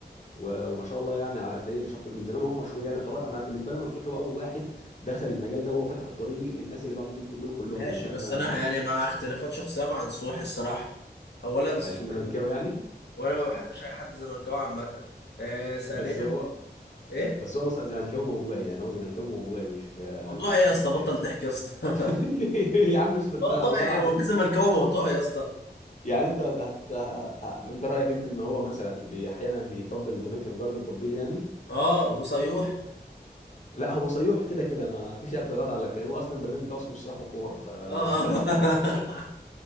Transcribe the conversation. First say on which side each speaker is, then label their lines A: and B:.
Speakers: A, on the left (about 45°); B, on the left (about 75°).
A: و... وما شاء الله يعني عليه شط من زمان وهو مشهور يعني يعتبر انا بالنسبه لي منصور هو اول واحد دخل المجال ده وهو فتح الطريق للناس اللي بعده دول دول كلهم
B: ماشي
A: ان كان
B: بس
A: ما...
B: انا
A: ما-
B: يعني مع اختلافات شخصيه مع نصوحي الصراحه اولا سوزوكي
A: عشان زملكاوي
B: زملكاوي
A: يعني
B: وانا ما بحبش اي حد زملكاوي عامه آه
A: <laughs>
B: ثانيا
A: بس هو
B: ايه
A: بس هو مص- زملكاوي موضوعي يعني هو زملكاوي موضوعي مش
B: موضوع ايه يا اسطى
A: مش
B: بطل ضحك يا اسطى
A: <laughs>
B: <laughs>
A: يا عم اسكت
B: موضوع
A: بقى والله
B: ايه
A: العظيم
B: هو في زملكاوي موضوع يا اسطى
A: يعني انت هت... هت... ه- انت رايك انت ان هو مثلا بي- احيانا بيطبل للزمالك لمجرد التطبيل يعني
B: اه وصيوحي
A: لا هو صيوح كده كده ما فيش اعتراض على الك- هو اصلا البرنامج بتاعه اسمه صياح وكوره ف
B: اه آه.
A: <laughs>